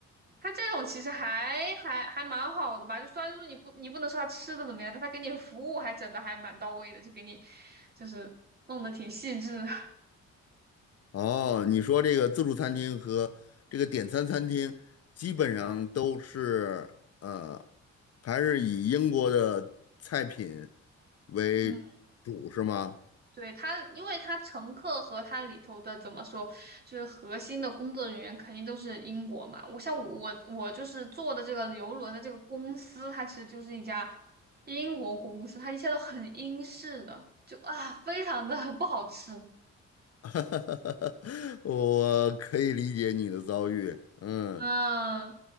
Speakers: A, on the right; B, on the left.
A: 它这种其实还还还蛮好的吧，就虽然说你不你不能说它吃的怎么样，但它给你服务还整的还蛮到位的，就给你就是弄得挺细致的。<laughs>
B: 哦，你说这个自助餐厅和这个点餐餐厅，基本上都是呃，还是以英国的菜品为主，
A: 嗯，
B: 是吗？
A: 对，它，因为它乘客和它里头的怎么说，就是核心的工作人员肯定都是英国嘛。我像我我就是做的这个游轮的这个公司，它其实就是一家英国公司，它一切都很英式的，就啊非常的 <laughs> 不好吃。
B: <laughs> 我可以理解你的遭遇，嗯，
A: 嗯，